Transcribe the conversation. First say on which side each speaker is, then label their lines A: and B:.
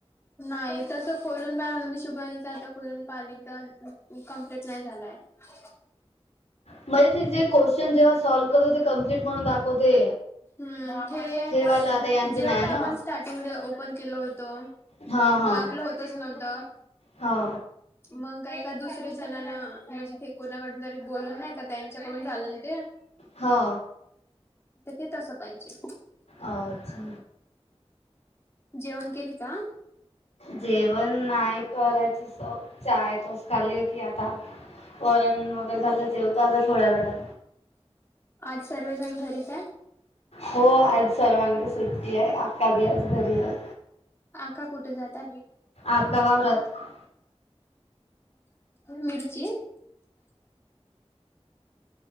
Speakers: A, on the left; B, on the left.
A: नाही. तसं खोलून पाहिल ना. मी शुभांगीच आता खोलून पाणी तर कंप्लीट नाही झालाय. आले का.
B: म्हणे ते जे क्वेशन जेव्हा सॉल्व करतो कम्प्लीट म्हणून दाखवते.
A: हम्म. जे
B: ठेवालं आता यांचं
A: जेव्हा
B: नाही आहे
A: पण
B: ना
A: आपण स्टार्टिंग ला ओपन केल होतो.
B: हा हा
A: आपलं होतच नव्हत.
B: हो.
A: मग काय का दुसरे जणांना म्हणजे ते कोणाकडून तर ते बोलणं नाही का. त्याच्याकडून झालं ना ते.
B: हो
A: तिथे तसं पाहिजे.
B: अ ति
A: जेवण केली का?
B: जेवण नाही. करायची स चाय टोस्ट खाली होती. आता वरण वगैरे झालं जेव मग आता थोड्या वेडा.
A: आज सर्वेजण घरीच आहे.
B: हो, आज सर्वांना सुट्टी आहे, आक्का बी आज घरी आहे.
A: आक्का कुठे जाताय?
B: आक्का वावरात
A: मिरची.